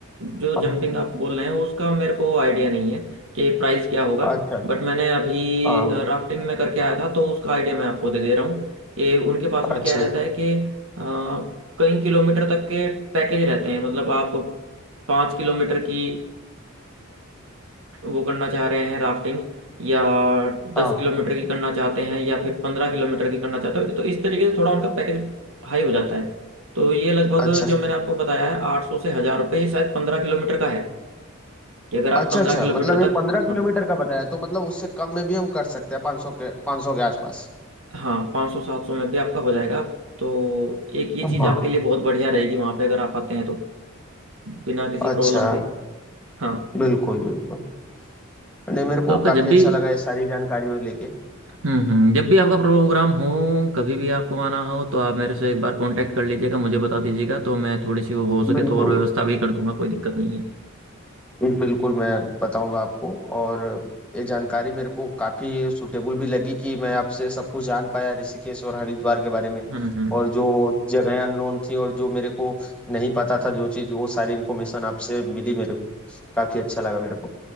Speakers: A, on the right; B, in the centre.
A: जो
B: हाँ,
A: जंपिंग आप बोल रहे हैं उसका मेरे को आइडिया नहीं है कि प्राइस क्या होगा
B: अच्छा अच्छा
A: बट मैंने अभी
B: हाँ
A: राफ्टिंग में करके आया था तो उसका आइडिया मैं आपको दे दे रहा हूँ कि उनके पास में
B: अच्छा
A: क्या रहता है कि अ, कई किलोमीटर तक के पैकेज रहते हैं मतलब आप पाँच किलोमीटर की वो करना चाह रहे हैं राफ्टिंग या
B: हाँ
A: दस किलोमीटर की करना चाहते हैं या फिर पंद्रह किलोमीटर की करना चाहते हो तो इस तरीके से थोड़ा उनका पैकेज हाई हो जाता है तो ये लगभग
B: अच्छा
A: जो मैंने आपको बताया है आठ सौ से हजार रुपये ये शायद पंद्रह किलोमीटर का है कि अगर आप
B: अच्छा
A: पंद्रह
B: अच्छा
A: किलोमीटर
B: मतलब ये
A: तक
B: पंद्रह
A: हाँ
B: किलोमीटर का बताया तो मतलब उससे कम में भी हम कर सकते हैं 500 के 500 के आसपास
A: हाँ पाँच सौ सात सौ में भी आपका हो जाएगा तो एक ये
B: हाँ
A: चीज़ आपके लिए बहुत बढ़िया रहेगी वहाँ पे अगर आप आते हैं तो बिना किसी
B: अच्छा
A: प्रॉब्लम के हाँ
B: बिल्कुल बिल्कुल नहीं मेरे
A: तो
B: को
A: आपका
B: काफी
A: जब भी
B: अच्छा लगा ये सारी जानकारी लेके
A: हम्म हम्म, जब भी आपका प्रोग्राम हो कभी भी आपको आना हो तो आप मेरे से एक बार कांटेक्ट कर लीजिएगा मुझे बता दीजिएगा तो मैं थोड़ी सी हो सके
B: बिल्कुल
A: तो और व्यवस्था भी कर दूंगा कोई दिक्कत नहीं है
B: बिल्कुल, मैं बताऊँगा आपको और ये जानकारी मेरे को काफ़ी सूटेबल भी लगी कि मैं आपसे सब कुछ जान पाया ऋषिकेश और हरिद्वार के बारे में
A: हम्म हम्म
B: और जो जगहें अननोन थी और जो मेरे को नहीं पता था जो चीज़ वो सारी इन्फॉर्मेशन आपसे मिली मेरे को काफ़ी अच्छा लगा मेरे को।